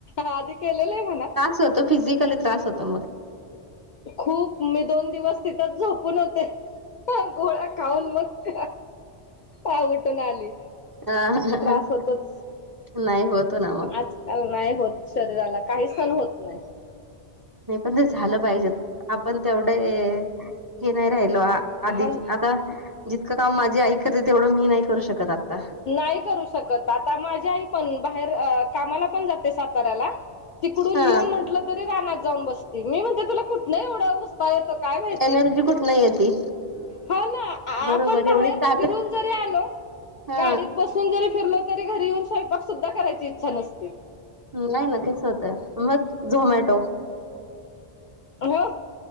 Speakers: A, on the left (about 55°); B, on the right (about 25°).
A: आधी केलेलं आहे म्हणा.
B: होत फिजिकली त्रास होतो मग.
A: खूप मी दोन दिवस तिथच झोपून होते. ह गोळ्या खाऊन मग ऊवटून आली.
B: हा.
A: त्रास होतोच
B: नाही होतो ना.
A: आजकाल नाही होत शरीराला काही सण होत नाही.
B: नाही पण ते झालं पाहिजे. आपण तेवढे हे नाही राहिलो
A: हा
B: आधी
A: ना
B: आता. जितकं काम माझी आई करते तेवढं मी नाही करू शकत आता.
A: नाही करू शकत आता माझी आई पण बाहेर कामाला पण जाते साताऱ्याला. तिकडून
B: हा
A: येऊन म्हटलं तरी रानात जाऊन बसती मी म्हणते तुला कुठन एवढं उस्ता येतं. काय माहिती
B: एनर्जी कुठन येती.
A: हा ना आपण
B: बरोबर
A: बाहेर
B: एवढी ताकद
A: फिरून जरी आलो.
B: हा
A: गाडीत बसून जरी फिरलो तरी घरी येऊन स्वयंपाक सुद्धा करायची इच्छा नसते.
B: नाही ना तेच होतं मग झोमॅटो.
A: हो